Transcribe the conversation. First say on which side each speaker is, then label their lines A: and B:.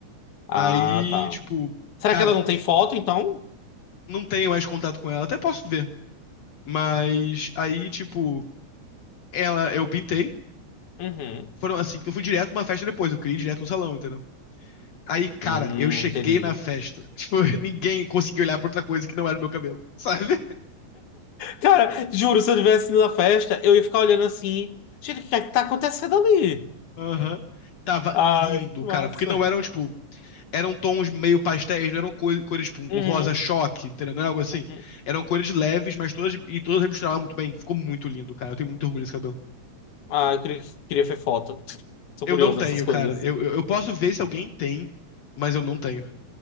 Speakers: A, on the left; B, on the left.
A: Ah,
B: Aí,
A: tá.
B: tipo,
A: Será
B: cara,
A: que ela não tem foto, então?
B: não tenho mais contato com ela. Até posso ver. Mas aí, tipo, ela, eu pintei.
A: Uhum.
B: Foram assim, porque eu fui direto pra uma festa depois, eu queria ir direto no salão, entendeu? Aí, cara,
A: Hum,
B: eu cheguei
A: entendi.
B: na festa. Tipo, <laughs> ninguém conseguiu olhar pra outra coisa que não era o meu cabelo, <laughs> sabe?
A: Cara, juro, se eu tivesse ido na festa, eu ia ficar olhando assim. Gente, o que é que tá acontecendo ali?
B: Aham. Tava
A: Ai,
B: lindo,
A: que
B: cara.
A: massa.
B: Porque não eram, tipo, eram tons meio pastéis, não eram co- cores, tipo, um
A: Uhum,
B: rosa choque, entendeu? Não era algo assim.
A: uhum.
B: Eram cores leves, mas todas, e todas misturavam muito bem. Ficou muito lindo, cara. Eu tenho muito orgulho desse cabelo.
A: Ah, eu queria, queria ver foto. Sou
B: Eu
A: curioso
B: não tenho,
A: dessas coisas.
B: cara. Eu, eu, eu posso ver se alguém tem, mas eu não tenho.